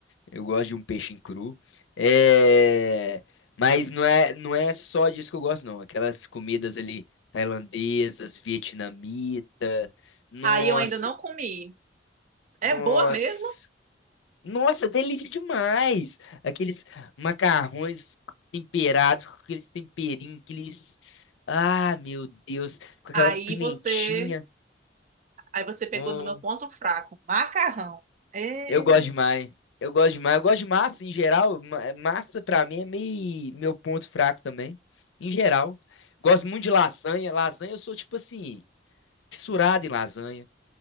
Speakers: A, on the left; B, on the right.
A: Eu gosto de um peixinho cru. É... Mas não é, não é só disso que eu gosto, não. Aquelas comidas ali tailandesas, vietnamita. Nossa,
B: Aí eu ainda não comi. É
A: nossa.
B: boa mesmo?
A: Nossa, delícia demais! Aqueles macarrões temperados com aqueles temperinhos, aqueles. Ah, meu Deus! Com
B: Aí
A: aquelas pimentinhas.
B: você, aí você pegou
A: Hum,
B: no meu ponto fraco, macarrão. É...
A: eu gosto demais. Eu gosto demais. Eu gosto de massa em geral. ma- Massa pra mim é meio meu ponto fraco também. Em geral. Gosto muito de lasanha. Lasanha, eu sou tipo assim, fissurado em lasanha.